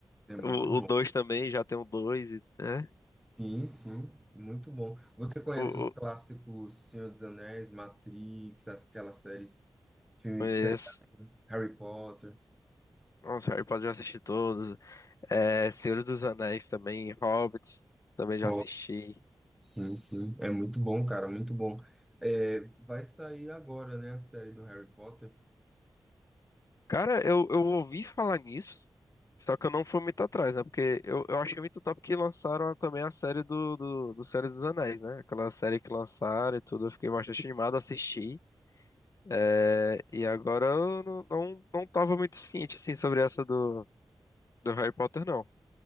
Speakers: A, in the centre; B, on the left.
A: É muito
B: O
A: bom.
B: 2 também, já tem o 2 né?
A: Sim, sim, muito bom. Você conhece
B: O,
A: os
B: o,
A: clássicos Senhor dos Anéis, Matrix, aquelas séries, filmes,
B: conheço.
A: séries, Harry Potter?
B: Nossa, Harry Potter já assisti todos. É, Senhor dos Anéis também, Hobbits também já
A: Oh,
B: assisti.
A: sim, sim, é muito bom, cara, muito bom. É, vai sair agora, né, a série do Harry Potter?
B: Cara, eu, eu ouvi falar nisso, só que eu não fui muito atrás, né? Porque eu, eu achei muito top que lançaram também a série do, do, do Senhor dos Anéis, né? Aquela série que lançaram e tudo, eu fiquei bastante animado, assisti. É, e agora eu não, não, não tava muito ciente, assim, sobre essa do, do Harry Potter, não.